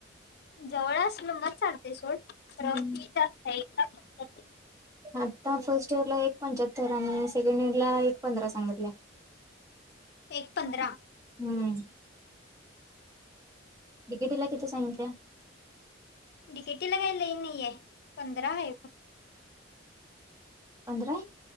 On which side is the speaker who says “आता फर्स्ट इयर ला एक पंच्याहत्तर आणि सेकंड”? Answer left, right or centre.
Right